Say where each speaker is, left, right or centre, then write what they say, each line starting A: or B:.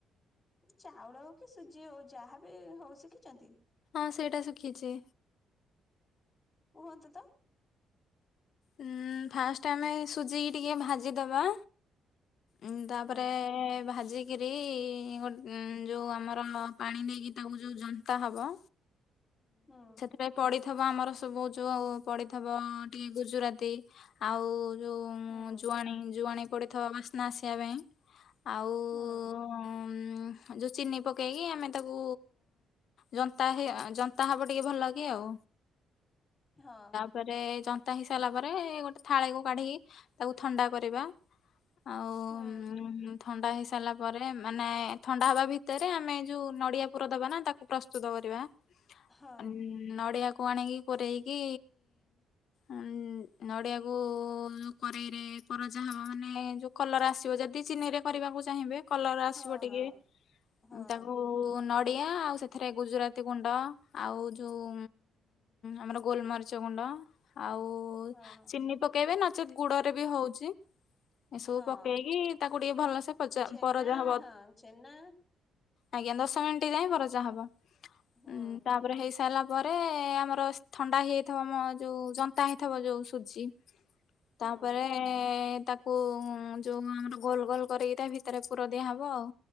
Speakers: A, on the left; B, on the left.
A: ଚାଉଳ ହୋଉ କି ସୁଜି ହୋଉ ଯାହାବି ହଉ ଶିଖିଛନ୍ତି?
B: ହଁ ସେଇଟା ଶୁଖିଛି।
A: କୁହନ୍ତୁ ତ।
B: ଉଁ ଫାଷ୍ଟ ଆମେ ସୁଜିକି ଟିକେ ଭାଜିଦବା। ଉଁ ତାପରେ
A: ହଁ।
B: ଭାଜି କିରି ଉଁ ଗୋ ଯୋଉଁ ଆମର ପାଣି ନେଇକି ତାକୁ ଯୋଉ ଯନ୍ତା ହବ।
A: ହୁଁ।
B: ରେ ପଡ଼ିଥବ ଆମର ସବୁ ଯୋଉ ପଡ଼ିଥବ ଟିକେ ଗୁଜୁରାତି ଆଉ ଯୋଉ
A: ହୁଁ
B: ଜୁଆଣି ଜୁଆଣି ପଡ଼ିଥ ବାସ୍ନା ଆସିବା ପାଇଁ ଆଉ ଉଁ
A: ହୁଁ
B: ଯୋଉ ଚିନି ପକେଇକି ଆମେ ତାକୁ ଜନ୍ତା ହେ ଜନ୍ତା ହବ ଟିକେ ଭଲ କି ଆଉ।
A: ହଁ।
B: ପରେ ଜନ୍ତା ହେଇ ସାରିଲା ପରେ ଗୋଟେ ଥାଳିକୁ କାଢ଼ିକି ତାକୁ ଥଣ୍ଡା କରିବା। ଆଉ
A: ହୁଁ
B: ଉଁ ଥଣ୍ଡା ହେଇସାରିଲା ପରେ ମାନେ ଥଣ୍ଡା ହବା ଭିତରେ ଆମେ ଯୋଉ ନଡ଼ିଆ ପୁର ଦବାନା ତାକୁ ପ୍ରସ୍ତୁତ କରିବା।
A: ହଁ।
B: ଉଁ ନଡିଆକୁ ଆଣିକି କୋରେଇକି ଉଁ ନଡ଼ିଆକୁ କରେଇରେ କରଜା ହବ ମାନେ ଯୋଉ କଲର ଆସିବ ଯଦି ଚିନିରେ କରିବାକୁ ଚାହିଁବେ କଲର ଆସିବ
A: ହଁ
B: ଟିକେ
A: ହଁ ହଁ
B: ତାକୁ ନଡ଼ିଆ ଆଉ ସେଥିରେ ଗୁଜୁରା ତି ଗୁଣ୍ଡ ଆଉ ଉଁ ଆମର ଗୋଲମରିଚ ଗୁଣ୍ଡ ଆଉ ଉ
A: ହଁ
B: ଚିନି ପକେଇବେ ନଚେତ୍ ଗୁଡ଼ରେ ବି ହଉଚି। ଏସବୁ
A: ହଁ
B: ପକେଇକି ତାକୁ ଟିକେ ଭଲସେ ପଜା
A: ଛେନା
B: ପରଜା ହବ।
A: ହଁ ଛେନା
B: ଆଜ୍ଞା ଦଶ ମିଣ୍ଟି ଯାଏଁ ପରଜା ହବ
A: ହୁଁ
B: ଉଁ ତାପରେ ହେଇ ସା ସାଲା ପରେ ଆମର ଥଣ୍ଡା ହେଇଯାଇଥିବ ଆମ ଯୋଉ ଜନ୍ତା ହେଇଥିବ ଯୋଉ ସୁଜି।
A: ହୁଁ
B: ତାପରେ ଏ ତାକୁ ଯୋଉ ଆମର ଗୋଲ ଗୋଲ କରିକି ତା ଭିତରେ ପୁର ଦିଆହବ ଆଉ।